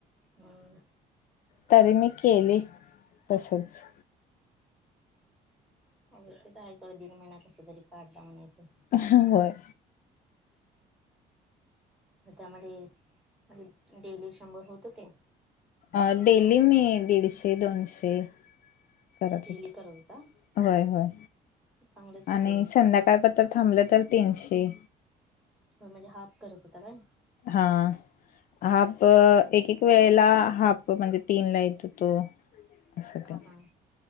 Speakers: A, in the centre; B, on the left.
A: ह
B: तरी मी केली तसंच
A: अ ते आहेवढं दीन महिन्या कस तरी काढदा म्हणायचं
B: होय
A: मग त्यामध्ये म्हणजे डेली शंभर होत ते
B: अ डेली मी दीडशे दोनशे करत
A: डेली
B: होते
A: करत होता
B: हो होय होय
A: चांगलंच की
B: आणि
A: तरी
B: संध्याकाळ प थांबलं तर तीनशे
A: हो म्हणजे हाफ करत होता काय?
B: हा हाप एक एक वेळेला हाफ म्हणजे तीन ला येतो तो असं
A: हां
B: ते
A: हां